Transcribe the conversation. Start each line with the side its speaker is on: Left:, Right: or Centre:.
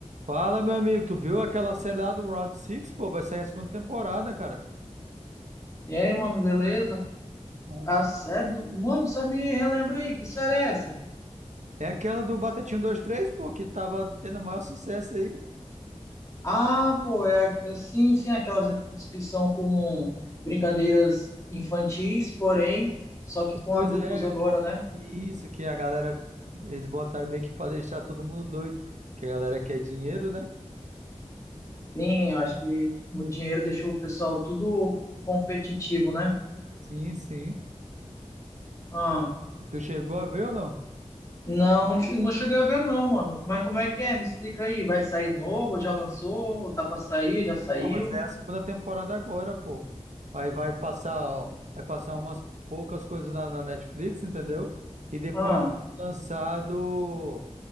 Right: Fala, meu amigo, tu viu aquela série lá do Round Six? pô? Vai sair a segunda temporada, cara.
Left: E aí, mano, beleza?
Right: Bom,
Left: A série do... Mano, só me relembra aí, que série é essa?
Right: É aquela do Batatinha dois três pô, que tava tendo o maior sucesso aí.
Left: Ah, pô, é a- é, sim, sim, aquelas que são como brincadeiras infantis, porém, só que com
Right: Pois
Left: adultos
Right: é,
Left: agora, né?
Right: isso que a galera, eles botaram meio que pra deixar todo mundo doido, que a galera quer dinheiro, né?
Left: Sim, eu acho que o dinheiro deixou o pessoal tudo competitivo, né?
Right: Sim, sim.
Left: Ah,
Right: Tu chegou a ver ou não?
Left: não, não, che- não cheguei a ver não, mano. Mas como é que é? Me explica aí. Vai sair novo? Já lançou? Ou tá pra sair? Já saiu?
Right: Ah, vai sair a segunda temporada agora, pô. Aí vai passar, ó, vai passar umas poucas coisas na, na Netflix, entendeu? E depois
Left: Ah,
Right: vai ser lançado.